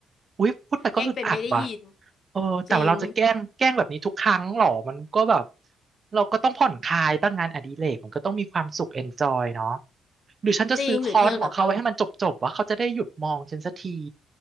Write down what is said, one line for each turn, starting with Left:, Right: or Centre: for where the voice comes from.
Right: อุ๊ยพูดไปก็อึดอัดว่ะ
Left: แกล้งเป็นไม่ได้ยิน
Right: เออแต่ว่าเราจะแกล้งแกล้งแบบนี้ทุกครั้งหรอมันก็แบบ
Left: จริง
Right: เราก็ต้องผ่อนคลายตั้งงานอดิเรกมันก็ต้องมีความสุขเอนจอยเนาะหรือฉันจะซื้อคอร์สของเขาไว้ให้มันจบๆว่าเขาจะได้หยุดมองฉันสักที
Left: จริงหรือเธอแบบ